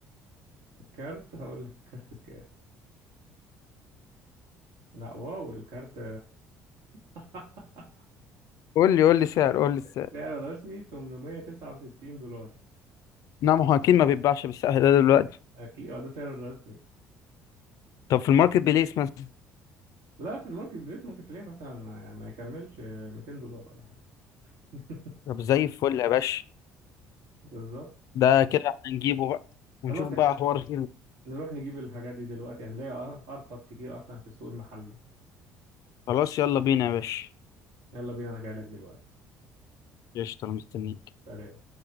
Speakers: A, on the right (about 75°); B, on the left (about 65°).
A: الكارت هقول لك الكارت بكام لا واو الكارت <laughs>
B: قول لي قول لي سعر قول لي السعر
A: سعره الرسمي 869 دولار
B: نعم هو اكيد ما بيتباعش بالسعر ده دلوقتي
A: اكيد اه ده سعره الرسمي
B: طب في الماركت بليس مثلا
A: لا في الماركت بليس ممكن تلاقيه مثلا ما, ما يكملش 200 دولار ولا حاجه <laughs>
B: طب زي الفل يا باشا
A: بالظبط
B: ده كده هنجيبه بقى
A: خلاص
B: ونشوف
A: احنا
B: بقى حوار فيه
A: نروح نجيب الحاجات دي دلوقتي هنلاقي أر- ارخص كتير اصلا في السوق المحلي
B: خلاص يلا بينا يا باشا
A: يلا بينا انا جاي لك دلوقتي
B: قشطة أنا مستنيك
A: سلام